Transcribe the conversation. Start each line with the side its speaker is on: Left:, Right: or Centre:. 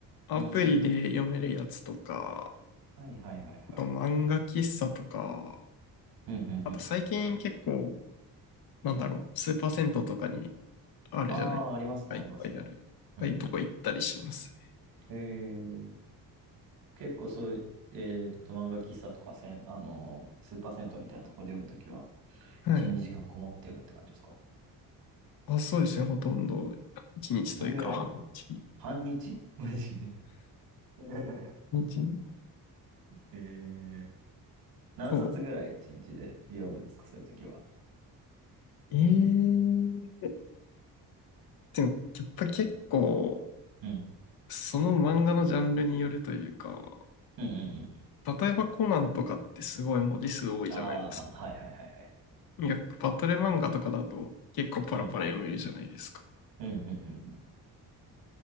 Left: アプリで読めるやつとか、
Right: うーん。はいはいはいはい。
Left: あと漫画喫茶とか、
Right: うんうんうん。
Left: あと最近結構、なんだろう、スーパー銭湯とかにあるじゃないですか、
Right: ああ、ありますね、
Left: いっぱいある。
Right: ありますね。うんうんう
Left: ああいうとこ行ったりしますね。
Right: ん。へえ。結構そういう、えーっと、漫画喫茶とかせん、あのースーパー銭湯みたいなところで読むときは、
Left: はい。
Right: 1、2時間こもって読むって感じですか
Left: あ、そうですね。ほとんど、一日というか、
Right: どんぐらい
Left: 半日。
Right: 半日マジで。<laughs>
Left: 一日
Right: えー、何冊ぐらい1日で読むんですかそういうときは。
Left: そう。ええでも、やっぱ結構、
Right: うん。
Left: その漫画のジャンルによるというか、
Right: うんうんうんうん。
Left: 例えばコナンとかってすごい文字数多いじゃないです
Right: ああ、はいはいはいはいはい。
Left: か。いや、バトル漫画とかだと結構パラパラ読めるじゃないですか。
Right: うん。うんうんうんうん